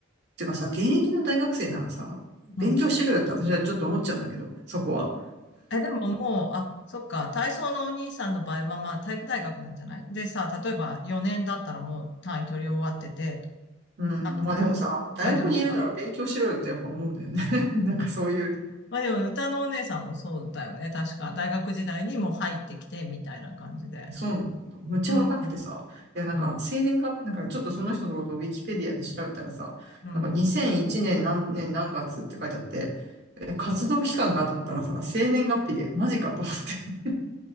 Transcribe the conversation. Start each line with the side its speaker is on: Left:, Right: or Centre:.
Right: てかさ、現役の大学生ならさ、
Left: うん。
Right: 勉強しろよって私はちょっと思っちゃうんだけど、そこは。
Left: え、でももう、あ、そっか、体操のお兄さんの場合は、まあ、体育大学なんじゃないでさ、例えば4年だったらもう単位取り終わってて、
Right: うん。
Left: なんかもう、
Right: まあでもさ、大学にいるなら勉強しろよってやっぱ思うんだよね。
Left: アイドル期間みたいな。
Right: <laughs> なんかそういう
Left: まあでも、歌のお姉さんもそうだよね。確か、大学時代にもう入ってきて、みたいな感じで。
Right: そうなんだ。むっちゃ若くてさ、
Left: うん、
Right: いやなんか生年が、
Left: うん、
Right: なんかちょっとその人のことをウィキペディアで調べたらさ、
Left: うん。
Right: なんか2001年何年何月って書いてあって、え、活動期間かと思ったらさ、生年月日で、マジかと思って、